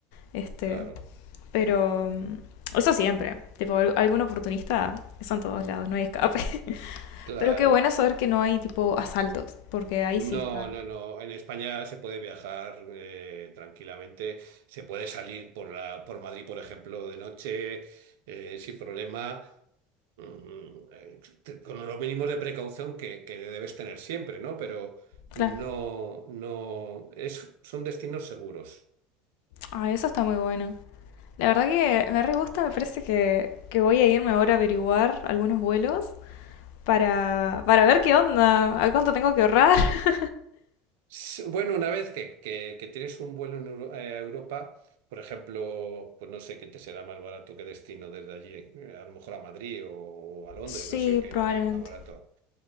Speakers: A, on the left; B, on the right.
A: este,
B: claro,
A: Pero mm, eso siempre. Tipo, algún oportunista, eso en todos lados, no hay escape. <laughs>
B: claro.
A: Pero qué bueno saber que no hay tipo asaltos, porque ahí
B: No,
A: sí está.
B: no, no. En España se puede viajar eh, tranquilamente, se puede salir por la, por Madrid, por ejemplo, de noche eh, sin problema. mm, eh, te- con los mínimos de precaución que, que debes tener siempre, ¿no? Pero
A: Claro.
B: no, no, es, son destinos seguros.
A: Ah, eso está muy bueno. La verdad que me re gusta, me parece que, que voy a irme ahora a averiguar algunos vuelos para, para ver qué onda, a cuánto tengo que ahorrar. <laughs>
B: S- Bueno, una vez que, que- que tienes un vuelo en Euro- eh, a Europa, por ejemplo, pues no sé qué te será más barato que destino desde allí, eh, a lo mejor a Madrid o, o a Londres,
A: Sí,
B: no sé qué
A: probablemente.
B: es lo que hay más barato.